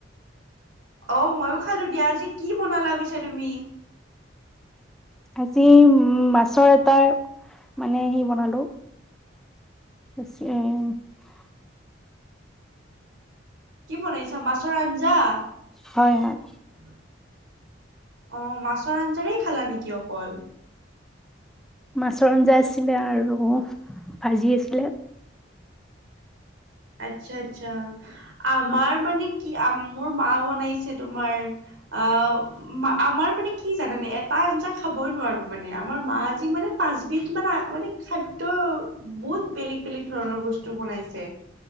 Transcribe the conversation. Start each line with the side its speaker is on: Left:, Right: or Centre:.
Right: অ ময়ো খালো দিয়া আজি কি বনালা পিছে তুমি
Centre: আজি উম মাছ মাছৰ এটাৰ মানে সি বনালো <unintelligible>
Right: <inaudible> কি বনাইছা মাছৰ আঞ্জা অৱ,
Centre: হয় হয়
Right: মাছৰ আঞ্জাৰ খালা নেকি অকল!
Centre: মাছৰ আঞ্জা আছিলে আৰু ভাজি আছিলে
Right: আচ্ছা আচ্ছা। আমাৰ মানে কি মোৰ মা বনাইছে তোমাৰ আহ আমাৰ মানে কি জানানে এটা আঞ্জা খাবই নোৱাৰো মানে আমাৰ মা আজি মানে পাচবিধ মানে মানে খাদ্য বহুত বেলেগ বেলেগ ধৰণৰ বস্তু বস্ত বনাইছে